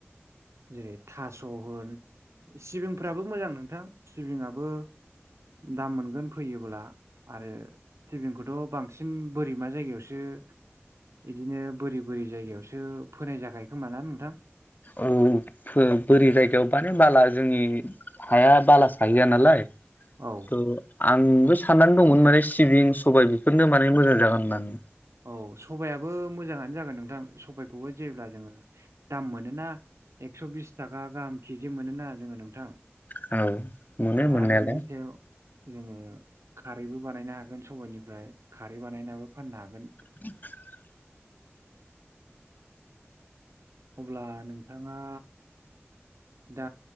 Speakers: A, on the right (about 85°); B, on the left (about 40°).
A: जेरै थास' होन सिबिंफ्राबो मोजां नोंथां सिबिंआबो दाम मोनगोन फोयोब्ला आरो सिबिंखौथ' बांसिन बोरैमा जायगायावसो बिदिनो बोरि बोरि जायगायावसो फोनाय जाखायो खोमा ना नोंथां
B: औ। बोरि जायगायाव माने बाला जोंनि हाया बाला साहैया नालाय।
A: औ।
B: थ' आंबो साननानै दंमोन माने सिबिं सबाय बेफोरनो माने मोजां जागोन होननानै।
A: औ सबायाबो मोजाङानो जागोन नोंथां सबायखौबो जेब्ला जोङो। दाम मोनोना एक्स' बिस थाखा गाहाम केजि मोनोना जोङो नोंथां।
B: औ। मोनो
A: अ
B: मोननायालाय
A: आरो बिनि सायाव जोङो खारैबो बानायनो हागोन सबाइनिफ्राय खारै बानायनाबो फाननो हागोन
B: <inaudible>
A: अब्ला नोंथाङा दा